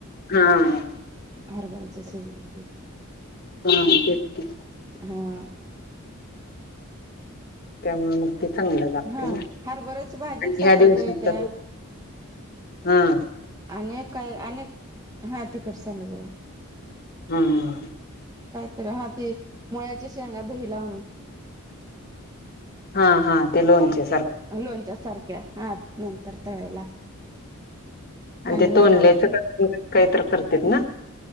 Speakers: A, on the left; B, on the right.
A: हा हा
B: हरबरीचे सीझन मग
A: हा तेच
B: हा
A: त्यामुळे मग ते चांगलं लागते
B: हा
A: ना
B: हरभऱ्याची भाजी एक साठवता
A: ह्या दिवसात
B: येत्या
A: हम्म
B: अनेक काय अनेक हा तिकड सडग
A: हम्म
B: तर हा ती मुळ्याच्या शेंगा दही लावून
A: हा हा ते लोनचे
B: लोणच्या सारख्या हा नंतर तळायला आणि
A: ते तोंडल्याच
B: हे परत
A: काहीत करतेत ना